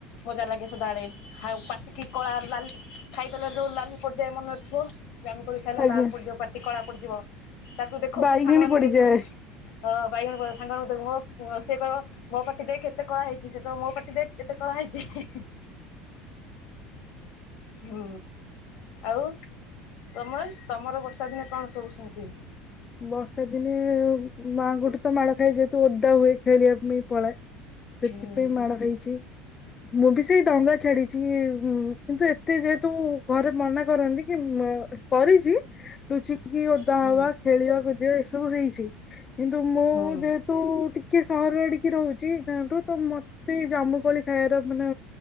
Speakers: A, on the left; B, on the left.
A: ମଜା ଲାଗେ ସଦାବେଡଳେ। ଖାଉ ପାଟିକି କଳା ଲାଲି ଖାଇଦେଲେ ଯୋଉ ଲାଲି ପଡିଯାଏ। ମନରେ ଥିବ ଜାମୁ କୋଳି ଖାଇଲେ
B: ଆଜ୍ଞା
A: ଲାଲ ପଡିଯିବ ପାଟି କଳା ପଡିଯିବ ତାକୁ ଦେଖଉଥୁବୁ
B: ବାଇଗିଣୀ
A: ସାଙ୍ଗମାନଙ୍କୁ
B: ପଡିଯାଏ
A: ଦେଖଉଥୁ ହଁ ବାଇଗଣ ପଡିବ ସାଙ୍ଗ ମାନଙ୍କୁ କହିବ ମ ମୋ ସିଏ କହିବ ମୋ ପାଟି ଦେଖେ କେତେ କଳା ହେଇଛି ସେ କ ମୋ ପାଟି ଦେଖ କେତେ କଳା ହେଇଛି। ହେ ହେ ହୁଁ ଆଉ ତମେ ତମର ବର୍ଷା ଦିନେ କଣ ସବୁ ସେମିତି
B: ବର୍ଷା ଦିନେ ମା ଙ୍କ ଠୁ ତ ମାଡ଼ ଖାଏ ଯେହେତୁ ଓଦା ହୁଏ ଖେଳିବା ପାଇଁ ପଳାଏ। ସେଥିପାଇଁ
A: ହୁଁ
B: ମାଡ ଖାଇଛି ମୁଁ ବି ସେଇ ଡଙ୍ଗା ଛାଡିଛି ଉଁ କିନ୍ତୁ ଏତ ଯେହେତୁ ଘରେ ମନା କରନ୍ତି କି କରିଛି ଲୁଚିକି ଓଦା
A: ହୁଁ
B: ହବା ଖେଳିବା କୋଜିବା ଏସବୁ ହେଇଛି କିନ୍ତୁ ମୁଁ
A: ହୁଁ
B: ଯେହେତୁ ଟିକେ ସହର ଆଡିକି ରହୁଛି ଗାଁଠୁ ତ ମ ଏଇ ଜାମୁକୋଳି ଖାଇବାର ମାନେ